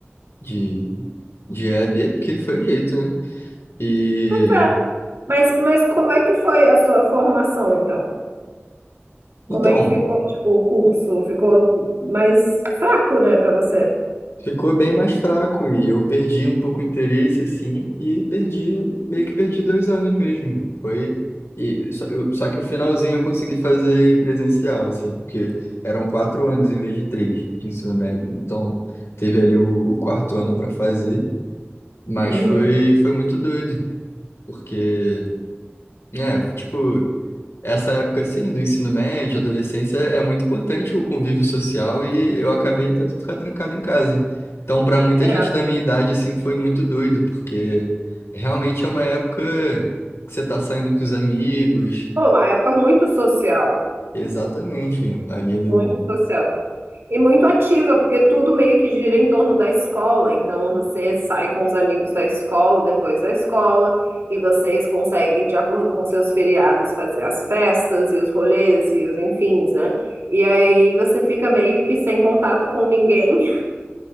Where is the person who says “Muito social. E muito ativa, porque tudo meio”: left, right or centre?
Right